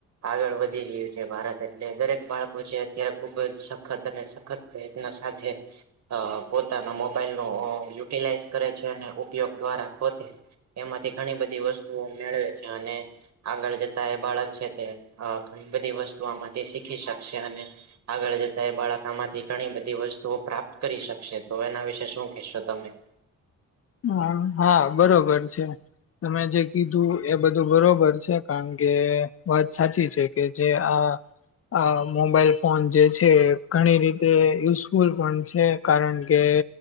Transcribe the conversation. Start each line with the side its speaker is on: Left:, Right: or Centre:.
Right: આગળ વધ વધી રહ્યું છે ભારત એટલે દરેક બાળકો છે અત્યારે ખુબ જ સખત અને સખત પ્રયત્ન સાથે અ પોતાના મોબાઈલ નો યુટિલાઈઝ કરે છે અને ઉપયોગ દ્વારા પોતે એમાંથી ઘણી બધી વસ્તુઓ મેળવે છે અને આગળ જતા એ બાળક છે તે ઘણી બધી વસ્તુ આમાંથી શીખી શકશે અને આગળ જતા એ બાળકામાંથી ઘણી બધી વસ્તુઓ પ્રાપ્ત કરી શકશે તો એના વિશે શું કહેશો તમે?
Left: હ હા બરોબર છે. તમે જે કીધું એ બધું બરોબર છે કારણ કે વાત સાચી છે કે જે આ આ મોબાઈલ ફોન જે છે ઘણી રીતે <unintelligible> છે કારણ કે